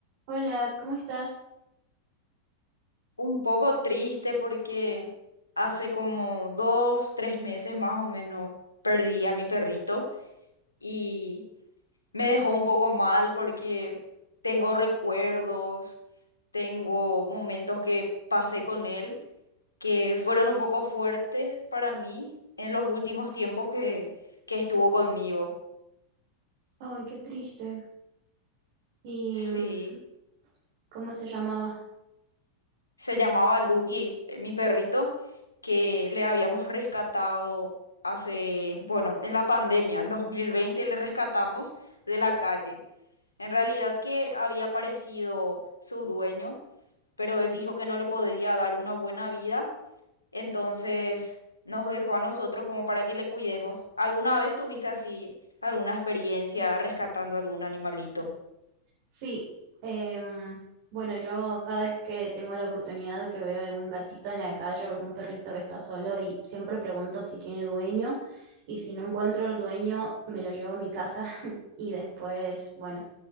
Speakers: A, on the right; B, on the left.
A: Hola, ¿cómo estás?
B: un poco triste porque hace como dos, tres meses más o menos perdí a mi perrito y me dejó un poco mal porque tengo recuerdos, tengo momentos que pasé con él que fueron un poco fuertes para mí en los últimos tiempos que, que estuvo conmigo.
A: Ay, qué triste. ¿Y
B: Sí.
A: mm, cómo se llamaba?
B: se llamaba Lucky, eh, mi perrito, que le habíamos rescatado hace, bueno, en la pandemia, en 2020 le rescatamos de la calle. En realidad que había aparecido su dueño, pero él dijo que no le podía dar una buena vida, entonces nos dejó a nosotros como para que le cuidemos. ¿Alguna vez tuviste así alguna experiencia rescatando algún animalito?
A: Sí, em, bueno, yo cada vez que tengo la oportunidad que veo algún gatito en la calle o algún perrito que está solo y siempre pregunto si tiene dueño y si no encuentro el dueño me lo llevo a mi casa <laughs> y después, bueno,